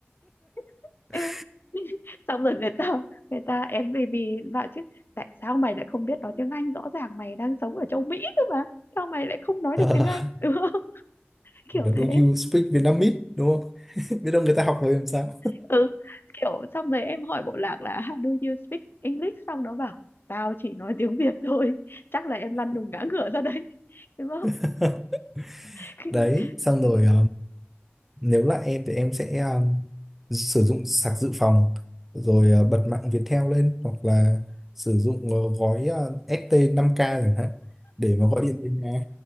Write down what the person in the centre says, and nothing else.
<laughs>
à,
hoặc
là do
you speak Vietnamese đúng không <laughs> biết đâu người ta học rồi làm sao
<laughs>
đấy xong
rồi nếu là em thì em sẽ um, sử dụng sạc dự phòng rồi
ờ, bật mạng Viettel lên hoặc là sử dụng ờ, gói uh, ST năm k chẳng hạn để mà gọi điện đến nhà